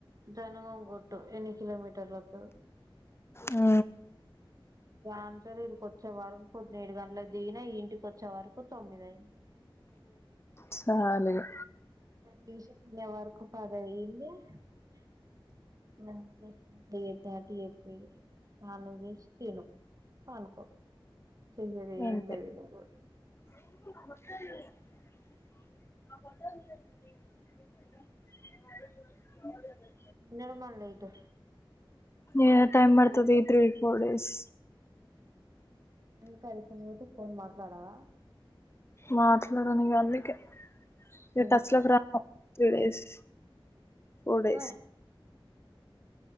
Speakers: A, on the right; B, on the left.
A: జనగంగటు ఎన్ని కిలోమీటర్లలకు
B: ఆ
A: ఆన్సర్ ఇడికి వచ్చే వరకు పద్ ఏడు గంటలకు దిగినా ఇంటికి వచ్చే వరకు తొమ్మిదియింది
B: చాలిగా
A: చసి పల్లే వరకు పద అయిందింట చెప్ప స్నానం చేసి తిను అనుకో చేయను
B: అంతే
A: ఏమి లేదు నాకు
B: <inaudible>
A: ఎన్నడు మన ఇటు
B: ఏ టైమ్ పడతాది త్రీ ఫోర్ డేస్
A: <unintelligible> ఫోన్ మాట్లాడవా
B: మాట్లాడండి అందుకే ఇ
A: ఎందుకు
B: టచ్ లోకి రా గడష్ ఫోర్
A: మొత్తమే
B: డేస్